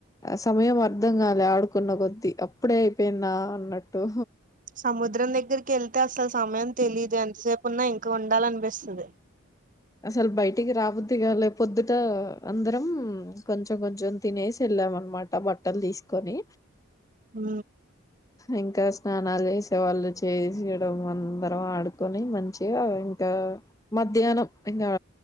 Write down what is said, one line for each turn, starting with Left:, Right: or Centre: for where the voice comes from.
Left: సమయం అర్ధం కాలే ఆడుకున్న కొద్దీ అప్పుడే అయిపోయిందా అన్నట్టు
Right: సముద్రం దగ్గరికి వెళ్తే అసలు సమయం తెలీదు ఎంతసేపు ఉన్నా ఇంకా ఉండాలని అనిపిస్తది
Left: అసలు బయటికి రాబుద్ధి కాలే పొద్దుట అందరం కొంచెం కొంచెం తినేసి వెళ్ళాం అనమాట బట్టలు తీసుకొని
Right: ఉ
Left: ఇంకా స్నానాలు చేసే వాళ్ళు చేయడం అందరం ఆడుకొని మంచిగా ఇంకా మధ్యాహ్నం ఇంకా